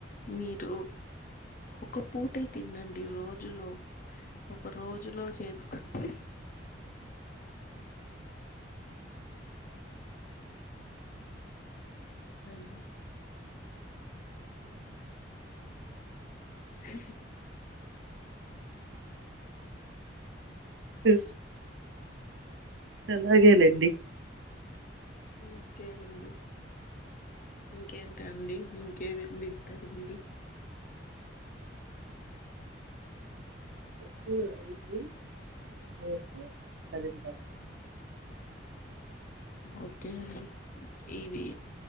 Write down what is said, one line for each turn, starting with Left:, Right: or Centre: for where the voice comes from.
Left: మీరు ఒక పూటే తినండి రోజులో ఒక రోజులో చేసుకుంటె హలో ఉహు
Right: ఉ అలాగేలేండి
Left: ఇంకేమండి ఇంకేంటండి ఇంకేమేం తింటారు మీరు
Right: ఎక్కువ రవ్వ ఇడ్లీ దోసె తింటాను
Left: ఓకే అండి ఇవి